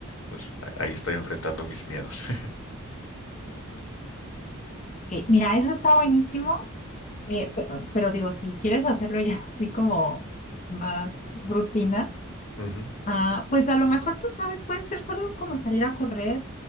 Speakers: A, on the left; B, on the left.
A: pues, a- ahí estoy enfrentando mis miedos. <laughs>
B: Eh, ok, mira, eso está buenísimo, eh, pe- pero, digo, si quieres hacerlo ya <laughs> así como más rutina,
A: Ujú.
B: ah, pues a lo mejor tú sabes, puede ser solo como salir a correr,